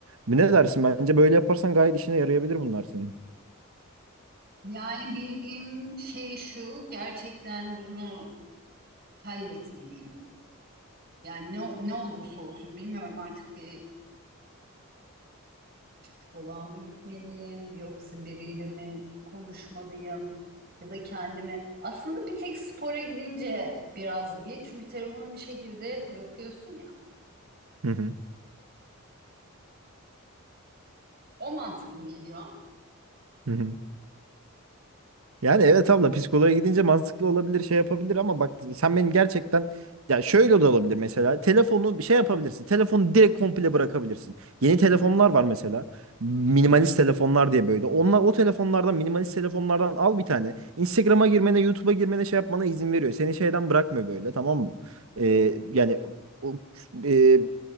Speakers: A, on the right; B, on the right.
A: Ne dersin? Bence böyle yaparsan gayet işine yarayabilir bunlar senin.
B: Yani bildiğim şey şu gerçekten bunu halletmeliyim. Yani ne ne olursa olsun bilmiyorum artık bir Psikoloğa mı gitmeliyim yoksa biriyle mi konuşmalıyım ya da kendime. Aslında bir tek spora gidince biraz iyi çünkü telefonu bir şekilde bırakıyorsun ya.
A: Hı hı.
B: O mantıklı geliyor.
A: Hı hı. Yani evet abla psikoloğa gidince mantıklı olabilir şey yapabilir ama bak sen benim gerçekten ya şöyle de olabilir mesela telefonu bir şey yapabilirsin telefonu direkt komple bırakabilirsin yeni telefonlar var mesela minimalist telefonlar diye böyle onlar o telefonlardan minimalist telefonlardan al bir tane Instagram'a girmene YouTube'a girmene şey yapmana izin veriyor seni şeyden bırakmıyor böyle tamam mı Ee, yani o, e,